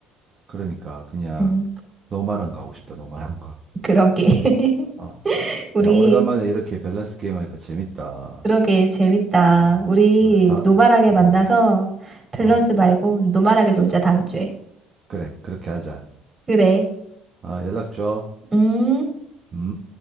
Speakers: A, on the right (about 45°); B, on the right (about 25°).
A: 그러니까 그냥
B: 음,
A: 노말한 거 하고 싶다. 노말한 거.
B: 그러게. <laughs>
A: 어.
B: 우리
A: 야, 오래간만에 이렇게 밸런스 게임 하니까 재밌다.
B: 그러게, 재밌다.
A: 어.
B: 우리
A: 그래. 다
B: 노말하게
A: 어.
B: 만나서 밸런스
A: 어.
B: 말고 노말하게 놀자, 다음 주에.
A: 그래. 그렇게 하자.
B: 그래.
A: 아, 연락 줘.
B: 음.
A: 음.